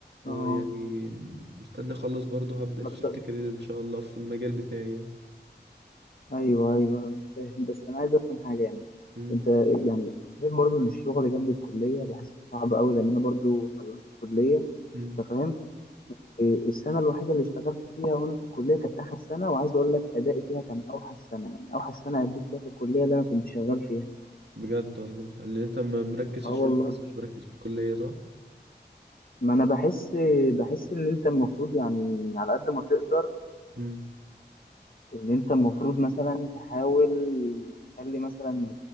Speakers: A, on the left (about 55°); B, on the right (about 75°).
A: اه
B: يعني مستني اخلص برضه هبدأ
A: ما
B: شيفت
A: بت-
B: كارير ان شاء الله في المجال بتاعي يعني
A: ايوه ايوه أنا فاهم بس انا عايز افهم حاجه يعني
B: مم.
A: انت يعني غير برضو ان الشغل جنب الكليه بحسه صعب قوي لان انا برضو خلصت كليه
B: مم.
A: انت فاهم إيه، السنه الوحيده اللي اشتغلت فيها وانا في الكليه كانت اخر سنه وعايز اقول لك ادائي فيها كان اوحش سنه يعني اوحش سنه اديت فيها في الكليه اللي انا كنت شغال فيها
B: بجد والله اللي انت م- مركز في
A: اه
B: الشغل
A: والله
B: بس مش مركز في الكلية صح؟
A: ما انا بحس بحس ان انت المفروض يعني على قد ما تقدر
B: مم.
A: ان انت المفروض مثلا تحاول تخلي مثلا